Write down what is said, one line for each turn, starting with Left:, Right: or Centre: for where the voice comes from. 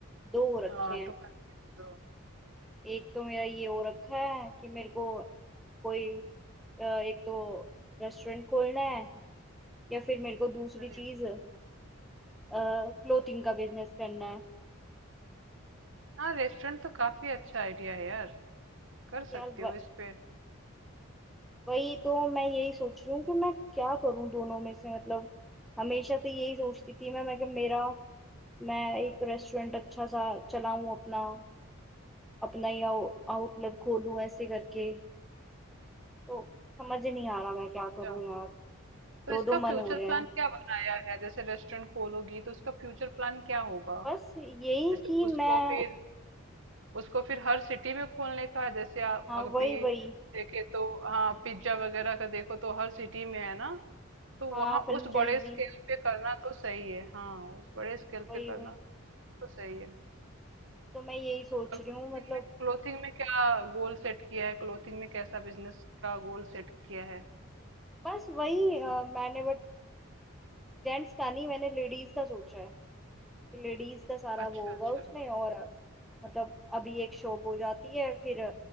Centre: दो हो रखे
Right: हाँ
Centre: हैं
Right: तो कंफ्यूज हो
Centre: एक तो मेरा ये हो रखा है कि मेरे को कोई अ, एक तो रेस्टोरेंट खोलना है या फिर मेरे को दूसरी
Right: अरे
Centre: चीज
Right: वाह।
Centre: क्लोथिंग का बिजनेस करना है
Right: हाँ रेस्टोरेंट तो काफी अच्छा आइडिया है यार कर
Centre: यार
Right: सकते हो इस पे
Centre: वही तो मैं यही सोच रही हूँ कि मैं क्या करूँ दोनों में से मतलब हमेशा से यही सोचती थी मैं मैं कि मेरा मैं एक रेस्टोरेंट अच्छा सा चलाऊं अपना अपना ही आउटलेट खोलूं ऐसे करके तो समझ ही नहीं आ रहा मैं क्या
Right: अच्छा
Centre: करूं यार
Right: तो
Centre: दो
Right: इसका
Centre: दो मन
Right: फ्यूचर
Centre: हो रहे
Right: प्लान
Centre: हैं
Right: क्या बनाया है जैसे रेस्टोरेंट खोलोगी तो उसका फ्यूचर प्लान क्या होगा
Centre: बस यही
Right: जैसे
Centre: कि
Right: उसको
Centre: मैं
Right: फिर उसको फिर हर सिटी में खोलने का है, जैसे आप
Centre: हाँ
Right: अभी
Centre: वही वही
Right: देखे तो हाँ पिज्जा वगैरह का देखो तो हर सिटी में है ना तो
Centre: हाँ
Right: वहां
Centre: फ्रेंचाइजी
Right: उस बड़े स्केल पे करना तो सही है हाँ उस बड़े स्केल
Centre: वही
Right: पे करना
Centre: वही
Right: तो सही है
Centre: तो मैं यही सोच
Right: और क्लोथिंग
Centre: रही हूँ मतलब
Right: में क्लोथिंग में क्या गोल सेट किया है क्लोथिंग में कैसा बिजनेस का गोल सेट किया है
Centre: बस वही अ, मैंने बट जेंट्स का नहीं मैंने लेडीज का सोचा है लेडीज का सारा
Right: अच्छा
Centre: वो होगा
Right: अच्छा
Centre: उसमें और मतलब अभी एक शॉप हो जाती है फिर